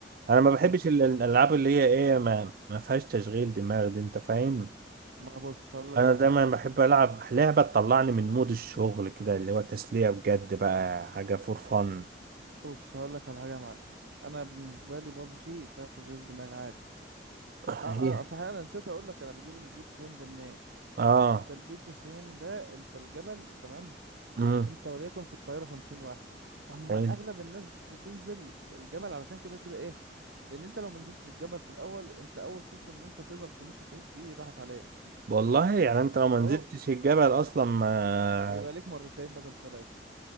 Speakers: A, on the right; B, on the right.
A: أنا ما بحبش
B: مم.
A: ال- الألعاب اللي هي إيه ما, ما فيهاش تشغيل دماغ دي أنت فاهم
B: ما بص هقول لك
A: أنا
B: على
A: دايما
B: حاجة
A: بحب ألعب لعبة تطلعني من مود الشغل كده اللي هو تسلية بجد بقى حاجة فور فن
B: بص هقول لك على حاجة يا معلم انا بالنسبة لي بابجي فيها تشغيل دماغ عادي
A: <laughs>
B: اه اه صحيح انا نسيت اقول لك انا بجيب البي 90 ده منين
A: اه
B: انت البي 90 ده انت الجبل تمام
A: مم.
B: انت وليكن في الطياره 50 واحد هما
A: حلو
B: اغلب الناس بتنزل الجبل علشان كده كده ايه لان انت لو منزلتش الجبل في الاول انت اول فرصه ان انت تقدر تموت وتعيش دي راحت عليك
A: والله يعني انت لو ما
B: فهو
A: نزلتش الجبل اصلا ما
B: بيبقى ليك مرتين بدل ثلاثه